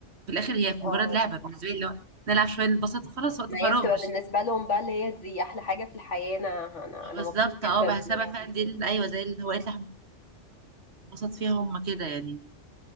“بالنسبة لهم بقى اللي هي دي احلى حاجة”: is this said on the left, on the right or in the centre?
Left